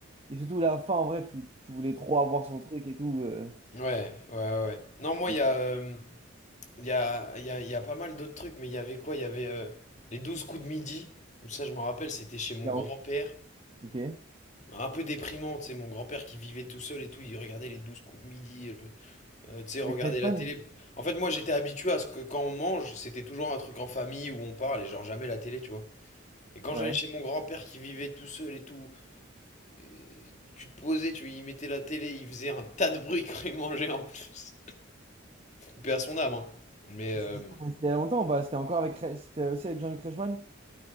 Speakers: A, on the right (about 30°); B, on the left (about 35°).
A: Et surtout, la fin, en vrai, tu, tu voulais trop avoir son truc et tout. euh.
B: Ouais, ouais, ouais. Non, moi,
A: C'est-
B: il y a, euh, Il y a, il y a- il y a pas mal d'autres trucs, mais il y avait quoi? Il y avait euh, les 12 coups de midi, où ça, je me rappelle, c'était chez mon
A: Il y a
B: grand-père.
A: en- Ok.
B: Un peu déprimant, tu sais, mon grand-père qui vivait tout seul et tout, il regardait les 12 coups de midi, et le- euh, tu sais, regarder
A: Avec Reichmann?
B: la télé. En fait, moi, j'étais habitué à ce que quand on mange, c'était toujours un truc en famille où on parle et genre jamais la télé, tu vois. Et quand
A: Ouais.
B: j'allais chez mon grand-père qui vivait tout seul et tout, et tu te posais, tu y mettais la télé, il faisait un tas de bruit <laughs> quand il mangeait en plus. Paix à son âme, hein. Mais, euh,
A: C'était c'était il y a longtemps, bah, c'était encore avec... Re- C'était aussi avec Jean-Luc Reichmann?